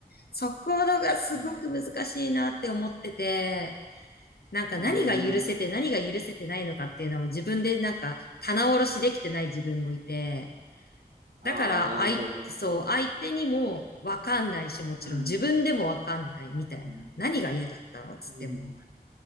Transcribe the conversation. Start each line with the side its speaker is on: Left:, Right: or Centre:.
Left: そこのがすごく難しいなって思ってて、
Right: うん、
Left: なんか何が許せて何が許せてないのかっていうのも自分でなんか棚卸しできてない自分もいて、
Right: うん、うん。うんああ、
Left: だから、
Right: なるほど、
Left: あい、
Right: なるほど。
Left: そう、相手にもわかんないし、もちろん自分でもわかんないみたいな。
Right: うん、うん、
Left: 何が嫌だったのつっても、
Right: うん、